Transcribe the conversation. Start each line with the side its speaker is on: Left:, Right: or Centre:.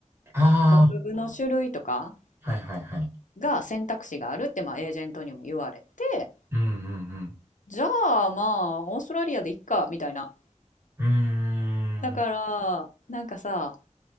Right: あ
Left: 学部の種類とか
Right: あ、はいはいはい。
Left: が選択肢があるってまあエージェントにも言われて、
Right: うん、うん、
Left: じゃあまあ、オーストラリアでいっか、みたいな。
Right: うん。
Left: だから、
Right: うーん。
Left: なんかさ、